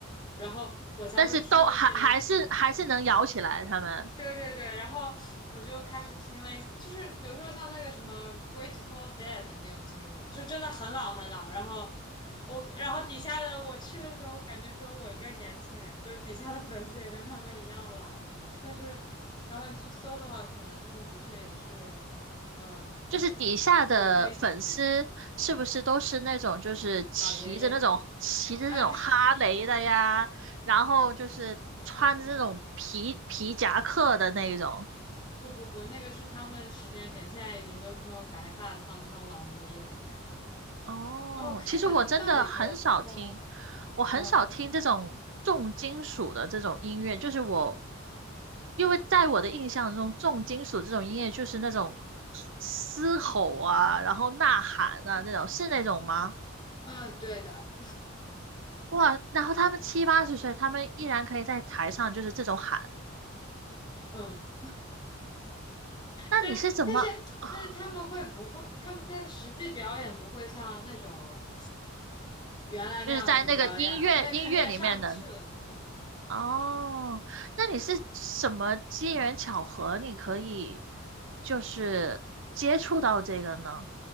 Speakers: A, on the left; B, on the right.
A: 然后我才会听一些那种。
B: 但是都还还是还是能摇起来。他们
A: 对对对，然后我就开始听类似，就是比如说像那个什么《Grateful Dead》，你有听过？就真的很老很老。然后我，然后底下的我去的时候，感觉只有我一个年轻人，就底下的粉丝也跟他们一样老。但是，然后你去搜的话，可能他们的确也是，嗯，
B: 就是底下的粉丝，
A: 骨灰级
B: 是不是都是那种就是骑着那种骑着那种哈雷的呀，
A: 老爷爷。啊。对，
B: 然后就是穿着那种皮皮夹克的那一种？
A: 不不不，那个是他们十年前，现在已经都是那种白发苍苍老爷爷。
B: 哦，
A: 哦，我看一下他们到底多多老。
B: 其实我真的很少听，我很少听这种重金属的这种音乐，
A: 嗯
B: 就是我，因为在我的印象中，重金属这种音乐就是那种嘶吼啊，然后呐喊啊那种，是那种吗？
A: 嗯，对的，
B: 哇，然后他们七八十岁，他们依然可以在台上就是这种喊，
A: 嗯，
B: 那你是怎么，
A: 但但是但是他们会不会，
B: <sighs>
A: 他们的实际表演不会像那种原来那样子表演了，
B: 就是在那个音乐音乐里面能？
A: 他肯定也上不去了，对对对。
B: 哦，那你是什么机缘巧合，你可以就是接触到这个呢？